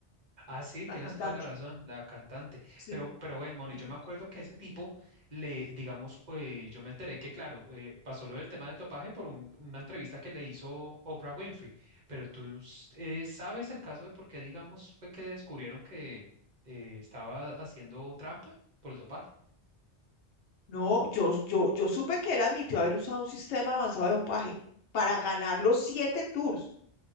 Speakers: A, on the right; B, on the left.
A: Ah, sí, tienes
B: la cantante.
A: toda la razón, la cantante.
B: Sí.
A: Pero, pero bueno, Moni,
B: sí.
A: yo me acuerdo que ese tipo le, digamos, eh, yo me enteré que, claro, eh, pasó lo del tema del dopaje por un- una entrevista que le hizo Oprah Winfrey. Pero tú s- eh, sabes el caso de por qué, digamos, fue que descubrieron que eh, estaba haciendo trampa por el dopaje.
B: No, yo, yo, yo supe que él admitió haber usado un sistema avanzado de dopaje para ganar los siete tours.